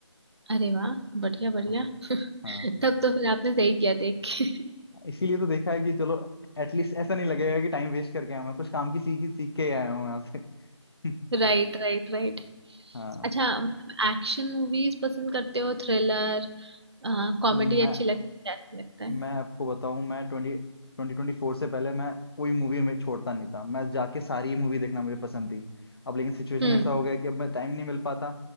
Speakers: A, on the right; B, on the left.
A: अरे वाह बढ़िया बढ़िया
B: हाँ
A: <laughs>
B: हाँ।
A: तब तो फिर आपने सही किया देख के
B: इसीलिए तो देखा है कि चलो एटलीस्ट ऐसा नहीं लगेगा कि टाइम वेस्ट करके आया हूं मैं कुछ काम की सीख सीख के आया हूँ यहाँ से <laughs>
A: Right right right
B: हाँ
A: अच्छा मतलब एक्शन मूवीज पसंद करते हो थ्रिलर कॉमेडी
B: मैं
A: अच्छी लगती है क्या अच्छा लगता है
B: मैं आपको बताऊं मैं ट्वेंटी ट्वेंटी ट्वेंटी फोर से पहले मैं कोई मूवी में छोड़ता नहीं था मैं जाके सारी मूवी देखना मुझे पसंद थी अब लेकिन सिचुएशन
A: हम्म
B: ऐसा हो गया कि अब मैं टाइम नहीं मिल पाता